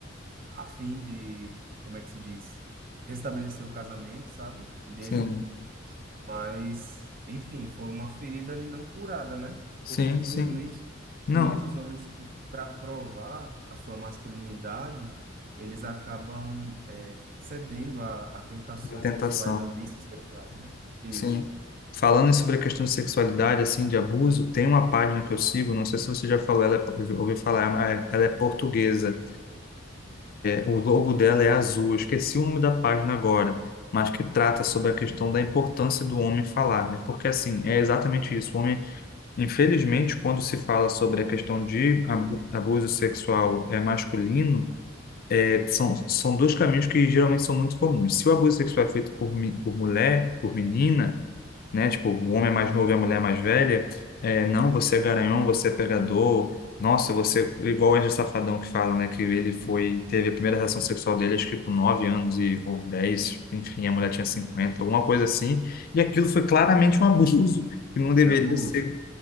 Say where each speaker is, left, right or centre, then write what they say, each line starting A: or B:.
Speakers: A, on the right; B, on the left.
A: a fim de, como é que se diz, restabelecer o casamento, sabe? Dele.
B: Sim,
A: Mas, enfim, foi uma ferida ali não curada, né?
B: sim,
A: Porque, infelizmente,
B: sim. Não,
A: tem muitos homens que, para provar a sua masculinidade, eles acabam é, cedendo a, a tentações
B: uma tentação.
A: sexuais, a vícios sexuais, né? Isso.
B: Sim. Falando sobre a questão de sexualidade, assim, de abuso, tem uma página que eu sigo, não sei se você já falou, ela é, ouviu falar, ela é ela é portuguesa. o logo dela é azul, eu esqueci o nome da página agora, mas que trata sobre a questão da importância do homem falar, né? Porque assim, é exatamente isso. O homem, infelizmente, quando se fala sobre a questão de abu- abuso sexual é masculino, é, são, são dois caminhos que geralmente são muito comuns. Se o abuso sexual é feito por, mi- por mulher, por menina, né? Tipo, o homem é mais novo e a mulher é mais velha. É, não, você é garanhão, você é pegador. Nossa, você... Igual o Wesley Safadão que fala, né? Que ele foi... Teve a primeira relação sexual dele, acho que com 9 anos e, ou dez Enfim, a mulher tinha 50 alguma coisa assim. E aquilo foi claramente um abuso. Que não deveria
A: É abuso.
B: ser